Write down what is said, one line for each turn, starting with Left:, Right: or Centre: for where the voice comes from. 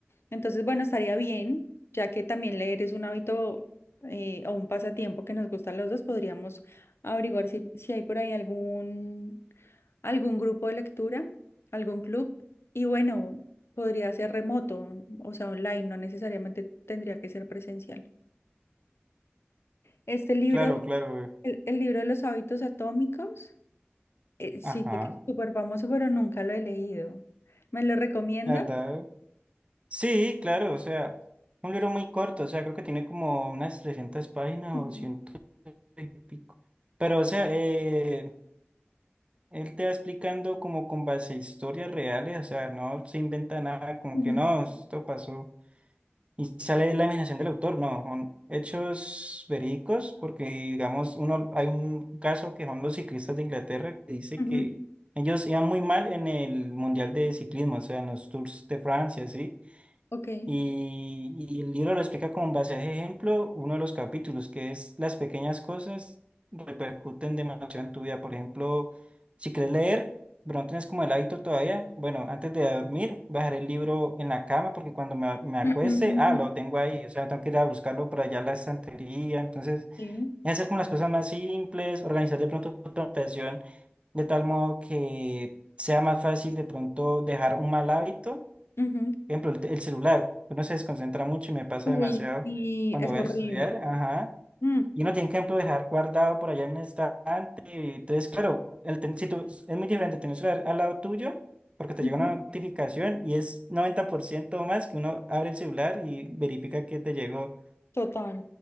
Left: Entonces, bueno, estaría bien, ya que también leer es un hábito eh, o un pasatiempo que nos gusta a los dos, podríamos averiguar si, si hay por ahí algún, algún grupo de lectura, algún club. Y bueno, podría ser remoto, o sea, online, no necesariamente tendría que ser presencial. Este libro,
Right: Claro, claro.
Left: el, el libro de los hábitos atómicos, eh, sí
Right: Ajá,
Left: que es súper famoso, pero nunca lo he leído. ¿Me lo recomienda?
Right: la verdad. Sí, claro, o sea, un libro muy corto, o sea, creo que tiene como unas 300 páginas
Left: Ujú,
Right: o ciento y pico. Pero, o sea, eh, él te va explicando como con base a historias reales, o sea, no se inventa nada, como
Left: ujú,
Right: que no, esto pasó. Y sale la imaginación del autor, no, son hechos verídicos, porque digamos, uno, hay un caso que son los ciclistas de Inglaterra que dice
Left: ujú,
Right: que ellos iban muy mal en el Mundial de Ciclismo, o sea, en los Tours de Francia, ¿sí?
Left: Ok.
Right: Y, y el libro lo explica con base a ese ejemplo, uno de los capítulos, que es las pequeñas cosas repercuten demasiado en tu vida. Por ejemplo, si quieres leer, pero no tienes como el hábito todavía, bueno, antes de dormir, bajar el libro en la cama, porque cuando me, me acueste,
Left: Mm,
Right: ah, lo tengo ahí, o sea, no tengo que ir a buscarlo por allá a la estantería. Entonces,
Left: Sí.
Right: es hacer como las cosas más simples, organizar de pronto tu habitación de tal modo que sea más fácil de pronto dejar un mal hábito
Left: Ujú.
Right: ejemplo, el, te- el celular, uno se desconcentra mucho y me pasa
Left: Uy,
Right: demasiado
Left: sí,
Right: cuando
Left: es
Right: voy
Left: horrible.
Right: a estudiar, ajá,
Left: Mm.
Right: y uno tiene que, por ejemplo, dejar guardado por allá en el estante, y entonces, claro, el ten- si tú- es muy diferente tener el celular al lado tuyo, porque te
Left: Ujú.
Right: llega una notificación y es 90% más que uno abre el celular y verifica que te llegó.
Left: Total,